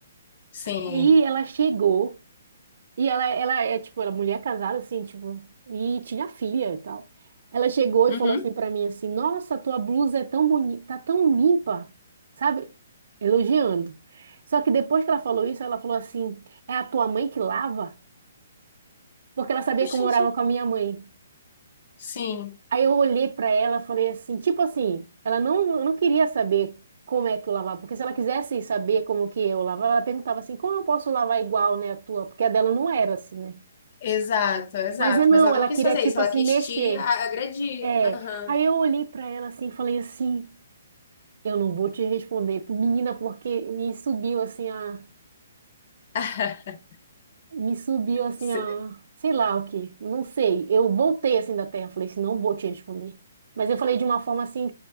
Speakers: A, on the left; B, on the right.
A: sim.
B: Aí ela chegou. E ela, ela é, tipo, era mulher casada, assim, tipo, e tinha filha e tal. Ela chegou e
A: Uhum.
B: falou assim pra mim, assim, nossa, tua blusa é tão bonita, tá tão limpa, sabe? Elogiando. Só que depois que ela falou isso, ela falou assim, é a tua mãe que lava? Porque ela sabia
A: Oxente.
B: que eu morava com a minha mãe.
A: Sim,
B: Aí eu olhei pra ela, falei assim, tipo assim, ela não, não queria saber como é que eu lavava, porque se ela quisesse saber como que eu lavava, ela perguntava assim, como eu posso lavar igual, né, a tua? Porque a dela não era assim, né?
A: exato, exato.
B: Mas eu não,
A: Mas ela
B: ela
A: não quis
B: queria,
A: fazer
B: tipo
A: isso, ela
B: assim,
A: quis
B: mexer.
A: te a- agredir.
B: É.
A: Aham.
B: Aí eu olhei pra ela assim e falei assim: eu não vou te responder, menina, porque me subiu assim a.
A: <laughs>
B: Me subiu assim
A: Se-
B: a. Sei lá o que, não sei. Eu voltei assim da terra, falei assim: não vou te responder. Mas eu falei de uma forma assim,